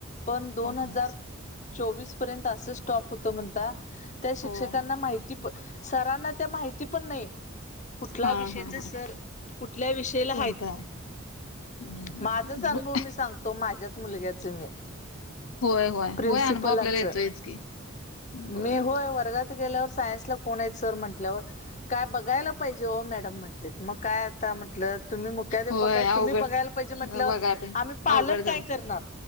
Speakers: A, on the left; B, on the left.
A: पण दोन
B: हो
A: हजार
B: ना.
A: चोवीस पर्यंत असं स्टॉप होत म्हणता त्या शिक्षकांना
B: हो हो
A: माहिती पण, सरांना त्या माहिती पण नई कुठल्या
B: हा
A: विषयीचे
B: हा हा
A: सर, कुठल्या विषयला
B: कोणता
A: हायत.
B: होय होय
A: माझच अनुभव
B: ब-
A: मी सांगतो माझ्याच मुलग्याच मी.
B: व्हय व्हय,
A: प्रिन्सिपलांच
B: व्हय अनुभव आपल्याला येतोयच की. बर
A: मी होय
B: बर.
A: वर्गात गेल्यावर सायन्सला कोण हाय सर म्हंटल्यावर, काय बघायला पाहिजे ओ मॅडम म्हण म्हंटलीत. मग काय आता म्हटलं तुम्ही मुख्याधपकाय,
B: होय अवघड
A: तुम्ही बघायला पाहिजे म्हटलंव
B: बघाय पण
A: आम्ही पालक
B: अवघड झालं
A: काय करणार.